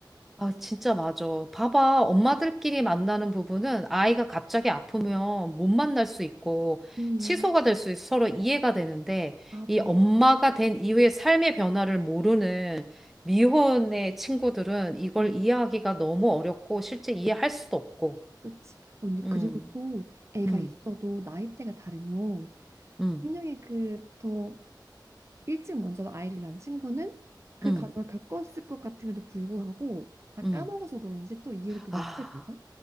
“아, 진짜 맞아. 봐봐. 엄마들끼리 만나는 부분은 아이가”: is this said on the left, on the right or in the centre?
Centre